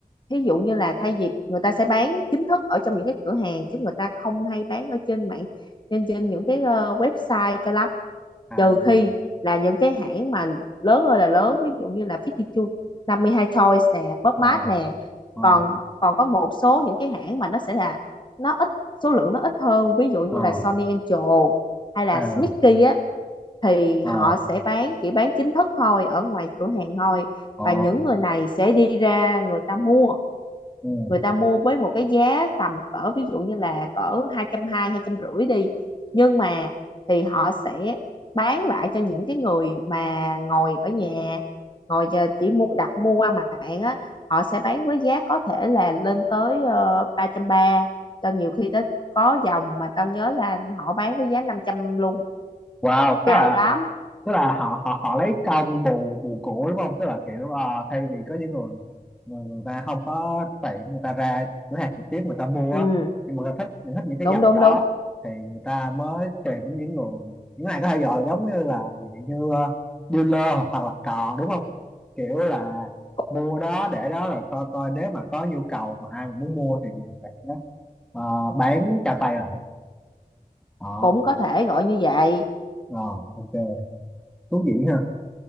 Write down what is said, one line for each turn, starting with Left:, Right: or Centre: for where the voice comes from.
Left: thí dụ như là thay vì người ta sẽ bán chính thức ở trong những cái cửa hàng chứ người ta không hay bán ở trên mạng trên trên những cái ờ, website cho lắm
Centre: à
Left: trừ khi là những cái hãng mà lớn ơi là lớn ví dụ như là 52 52 Toys nè, Pop
Centre: ờ
Left: Mart nè
Centre: ờ
Left: còn còn có một số những cái hãng mà nó sẽ là nó ít số lượng nó ít hơn ví dụ như
Centre: ờ
Left: là Sony Angel hay là
Centre: à
Left: Smicky á thì
Centre: ồ
Left: họ sẽ bán chỉ bán chính thức thôi ở ngoài cửa hàng thôi
Centre: ồ
Left: và những người này sẽ đi ra người ta mua
Centre: ừ.
Left: người ta mua với một cái giá tầm cỡ ví dụ như là cỡ hai trăm hai mươi, hai trăm rưỡi đi nhưng mà thì họ sẽ bán lại cho những cái người mà ngồi ở nhà ngồi chờ- chỉ mua đặt mua qua mạng á họ sẽ bán với giá có thể là lên tới ờ, ba trăm ba cho nhiều khi tới có dòng mà tao nhớ là họ bán với giá 500 luôn
Centre: wow tức
Left: cao
Centre: là
Left: lắm
Centre: tức là họ họ họ lấy công bù bù cổ đúng không tức là kiểu ờ, thay vì có những người người, người ta không có tiền người ta ra cửa hàng trực tiếp người ta mua
Left: ừ
Centre: á, nhưng mà người ta thích thích những cái
Left: đúng
Centre: dòng
Left: đúng
Centre: đó
Left: đúng
Centre: thì người ta mới tìm đến những người những này có thể gọi là giống như là dạng như ờ, dealer hoặc là cò đúng không kiểu là
Left: cũng
Centre: mua đó để đó rồi coi coi nếu mà có nhu cầu mà ai mà muốn mua thì mình sẽ ờ, bán cho tay lại Ờ
Left: cũng có thể gọi như vậy
Centre: Ờ, OK, thú vị ha.